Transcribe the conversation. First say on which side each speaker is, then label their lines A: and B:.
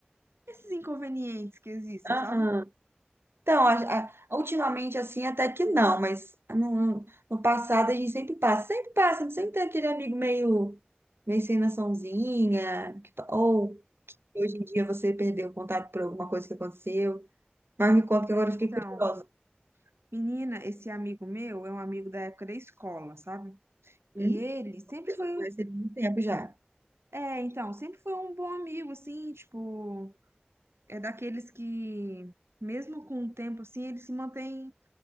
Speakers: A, on the right; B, on the right.
A: Esses inconvenientes que existem,
B: Aham.
A: sabe?
B: Então, a- a- ultimamente assim, até que não, mas no, no passado a gente sempre passa, sempre passa, sempre tem aquele amigo meio, meio sem noçãozinha, que pa- ou que hoje em dia você perdeu o contato por alguma coisa que aconteceu. Mas me conta que agora
A: Então,
B: eu fiquei curiosa.
A: menina, esse amigo meu é um amigo da época da escola, sabe? E
B: Hum?
A: ele sempre foi
B: Mas tem muito tempo já.
A: É, então, sempre foi um bom amigo, assim, tipo, é daqueles que, mesmo com o tempo, assim, ele se mantém